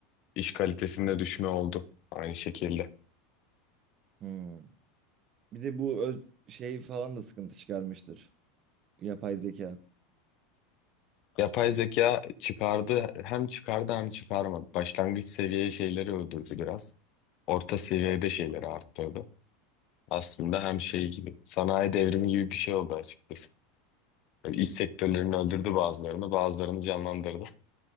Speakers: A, on the left; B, on the right.
A: iş kalitesinde düşme oldu aynı şekilde.
B: Hmm. Bir de bu öz- şey falan da sıkıntı çıkarmıştır. Yapay zeka.
A: Yapay zeka çıkardı, hem çıkardı hem çıkarmadı. Başlangıç seviye şeyleri öldürdü biraz. Orta seviyede şeyleri arttırdı. Aslında hem şey gibi sanayi devrimi gibi bir şey oldu açıkçası. Böyle iş sektörlerini öldürdü bazılarını, bazılarını canlandırdı.